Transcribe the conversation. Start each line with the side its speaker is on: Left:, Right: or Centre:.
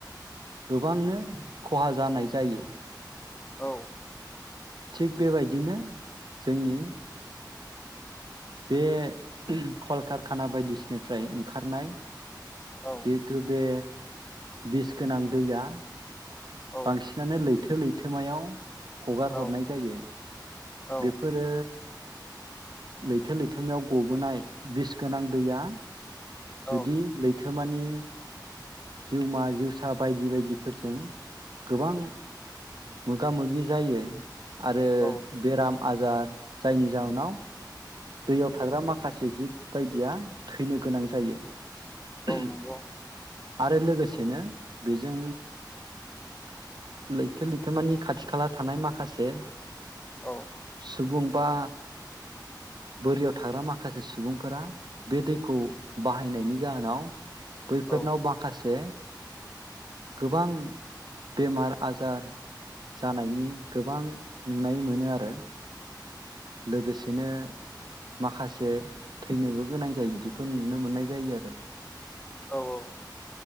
Right: गोबांनो खहा जानाय जायो।
Left: औ।
Right: थिग बेबायदिनो जोंनि बे कलकारखाना बायदिसिनिफ्राय ओंखारनाय
Left: औ
Right: जिहुथु बे बिस गोनां दैया
Left: औ
Right: बांसिनानो लै थो लैथोमायाव हगार हरनाय
Left: औ
Right: जायो।
Left: औ
Right: बेफोरो लैथो लैथोमायाव गबोनाय बिस गोनां दैया
Left: औ
Right: जुदि लै थोमानि जिउमा जिउसा बायदि बायदिफोरजों गोबां मोगा मोगि जायो आरो
Left: औ
Right: बेराम आजार जायनि जाहोनाव दैयाव थाग्रा माखासे जिब बायदिया थैनो गोनां जायो
Left: नंगौ
Right: आरो लोगोसेनो बेजों लैथो लैथोमानि खाथि खाला थानाय माखासे
Left: औ।
Right: सुबुं बा बोरियाव थाग्रा माखासे सुबुंफोरा बे दैखौ बाहायनायनि जाहोनाव बैफोरनाव
Left: औ
Right: माखासे गोबां बेमार आजार जानायनि गोबां नुनाय मोनो आरो। लोगोसेनो माखासे थैनोबो गोनां जायो बिदिखौ नुनो मोननाय जायो आरो।
Left: औ औ।